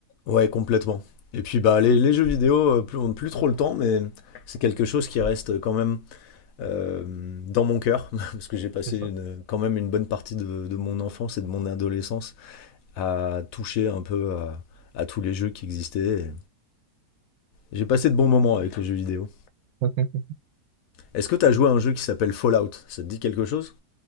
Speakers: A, on the left; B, on the right.
A: Ouais, complètement. Et puis bah, les, les jeux vidéo, euh, plus, on n'a plus trop le temps, mais c'est quelque chose qui reste quand même euh, dans mon cœur, <laughs> parce que j'ai passé
B: C'est ça.
A: une- quand même une bonne partie de, de mon enfance et de mon adolescence à toucher un peu à, à tous les jeux qui existaient. Et J'ai passé de bons moments avec les jeux vidéo.
B: <laughs>
A: Est-ce que t'as joué à un jeu qui s'appelle Fallout Ça te dit quelque chose